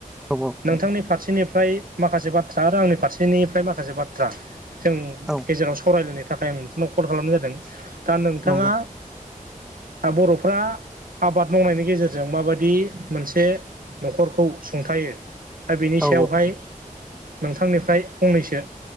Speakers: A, in the centre; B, on the right.
A: औ औ
B: नोंथांनि
A: नोंथां
B: फारसेनिफ्राय माखासे बाथ्रा आरो आंनि फारसेनिफ्राय माखासे बाथ्रा जों
A: औ
B: गेजेराव सावरायलायनो थाखाय आं नोंथांनाव कल खालामनाय जादों दा नोंथाङा
A: नंगौ
B: दा बर'फ्रा आबाद मावनायनि गेजेरजों माबायदि मोनसे न'खरखौ सुंथायो दा बिनि
A: औ
B: सायावहाय नोंथांनिफ्राय फंनैसो